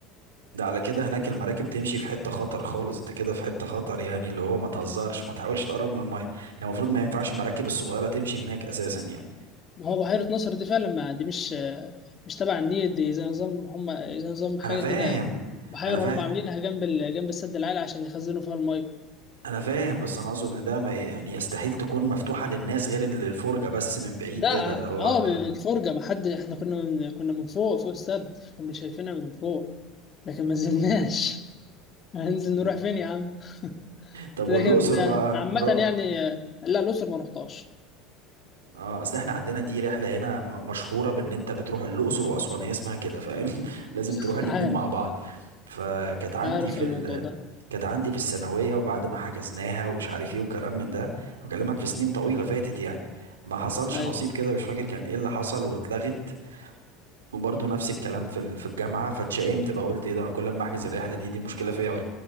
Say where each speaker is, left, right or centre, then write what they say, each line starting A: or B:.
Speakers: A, on the right; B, on the left.
A: ده على كده هناك المراكب تمشي في حتة خطر خالص انت كده في حتة خطر يعني اللي هو ما تهزرش ما تحاولش تقرب من المية يعني المفروض ما ينفعش المراكب الصغيرة تمشي هناك اساسا يعني
B: ما هو بحيرة ناصر دي فعلا ما دي مش مش تبع النيل دي زي نظام هم زي نظام حاجة
A: انا فاهم
B: كده بحيرة
A: انا فاهم
B: هم عاملينها جنب ال... جنب السد العالي عشان يخزنوا فيها المية
A: انا فاهم بس انا اقصد ان ده ما ي- يعني يستحيل تكون مفتوحة للناس غير للفرجة بس من بعيد
B: ده
A: كده
B: اه
A: اللي هو انت
B: الفرجة ما حد احنا كنا من... كنا من فوق فوق السد كنا شايفينها من فوق لكن ما نزلناش
A: امم
B: <laughs> هننزل
A: أمم.
B: نروح فين يا عم <laughs>
A: طب
B: لكن
A: والأقصر
B: آه،
A: بقى
B: عامة
A: رحت
B: يعني آه، لا الأقصر ما رحتهاش
A: اه اصل احنا عندنا دي رحله هنا م- مشهوره بان انت بتروح الاقصر واسوان هي اسمها كده فاهم <laughs> لازم
B: <laughs>
A: تروح الاتنين
B: عارف
A: مع بعض فكانت عندي
B: عارف
A: في
B: الموضوع
A: ال...
B: ده
A: كانت عندي في الثانويه وبعد ما حجزناها ومش عارف ايه وكلام من ده بكلمك في سنين طويله فاتت يعني ما حصلش
B: أيوة
A: نصيب كده مش فاكر كان ايه اللي حصل واتلغت وبرضه نفس الكلام في ال... في الجامعه فاتشائمت بقى قلت ايه ده انا كل ما احجز الرحله دي دي مشكله فيا ولا